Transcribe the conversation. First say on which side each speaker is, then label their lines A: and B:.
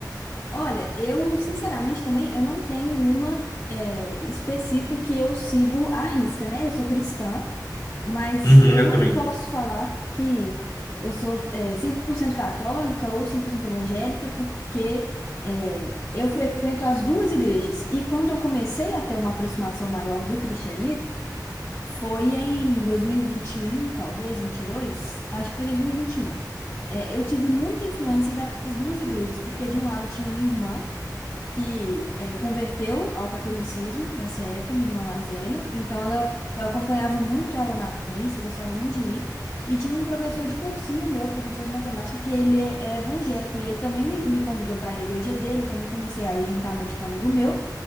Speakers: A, on the left; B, on the left.
A: Olha, eu sinceramente também eu não tenho uma é, específica que eu sigo à risca, né? Eu sou cristã, mas
B: Uhum,
A: eu
B: eu
A: não
B: também.
A: posso falar que eu sou é, 100% católica ou 100% evangélica, porque é, eu frequento as duas igrejas. E quando eu comecei a ter uma aproximação maior do cristianismo, foi em dois mil e e vinte e um, talvez 22. acho que foi 2021. É, eu tive muita influência das duas igrejas, porque de um lado tinha minha irmã que eh, converteu ao catolicismo nessa época, minha irmã mais velha. Então ela, eu acompanhava muito ela na missa, eu gostava muito de ir. E tinha um professor de cursinho meu, professor de matemática, que ele é evangélico e ele também me, me convidou para ir à igreja dele. Eu também comecei a ir juntamente com um amigo meu.